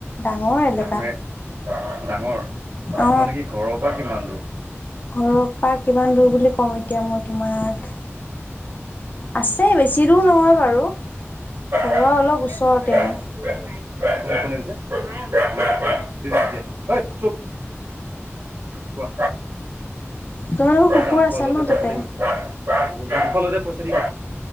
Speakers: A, on the left; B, on the right.
A: ডাঙৰ এলেকা।
B: মে ডাঙৰ
A: অ
B: মানে কি ঘৰৰ পৰা কিমান দূৰ?
A: ঘৰৰ পৰা কিমান দূৰ বুলি কওঁ এতিয়া মই তোমাক। আছে বেছি দূৰ নহয় বাৰু। ঘৰৰ
B: <unintelligible>
A: অলপ ওচৰতে আৰু
B: কোনে দিছে? <unintelligible> ঐ চুপ। কোৱা।
A: তোমালোকৰ কুকুৰ
B: জান খোৱা
A: আছে
B: লৰাটোৱে
A: ন
B: পথাৰেদি
A: তাতে
B: গৈছে। <unintelligible> পইচা দি <unintelligible>